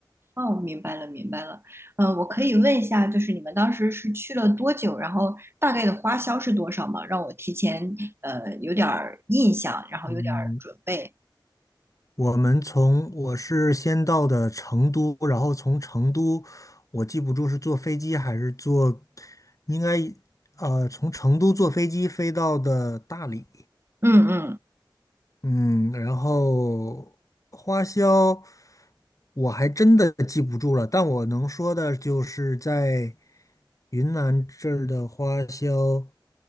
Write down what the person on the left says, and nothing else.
嗯，我们从我是先到的成都，然后从成都，我记不住是坐飞机还是坐，应该呃从成都坐飞机飞到的大理。
嗯，然后花销我还真的记不住了，但我能说的就是在云南这儿的花销，